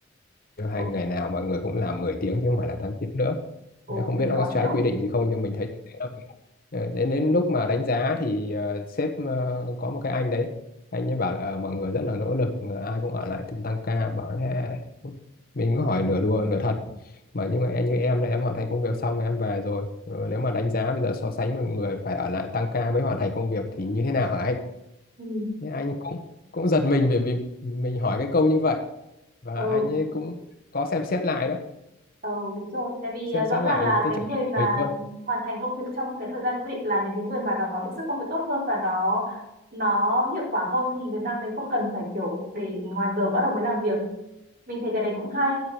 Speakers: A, on the left (about 45°); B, on the right (about 45°).
A: nếu
B: ừ,
A: hay ngày nào mọi người cũng làm 10 tiếng chứ không phải là 8 tiếng nữa
B: ừ,
A: Đấy, không
B: mình
A: biết nó
B: có
A: có trái
B: hiểu
A: quy định gì không nhưng mình thấy thế là mình- Ờ, đến đến lúc mà đánh giá thì ờ, sếp ờ, có một cái anh đấy anh ấy bảo là ờ, mọi người rất là nỗ lực ờ, ai cũng ở lại từng tăng ca bảo thế mình cứ hỏi nửa đùa nửa thật mà nhưng mà em- như em là em hoàn thành công việc xong rồi em về rồi Ờ, nếu mà đánh giá bây giờ so sánh với người phải ở lại tăng ca mới hoàn thành công việc thì như thế nào hả anh
B: Ừ.
A: nên anh cũng cũng giật mình bởi vì mình hỏi cái câu như vậy và
B: ừ
A: anh ấy cũng có xem xét lại đó
B: Ừ, đúng rồi. Tại vì
A: xem
B: à, rõ
A: xét
B: ràng
A: lại
B: là
A: cái
B: cái
A: trường
B: người
A: hợp của
B: mà
A: mình luôn
B: hoàn thành công việc trong cái thời gian quy định là những cái người mà nó có hiệu suất công việc tốt hơn và nó nó hiệu quả hơn thì người ta mới không cần phải kiểu để ngoài giờ bắt đầu mới làm việc mình thấy cái đấy cũng hay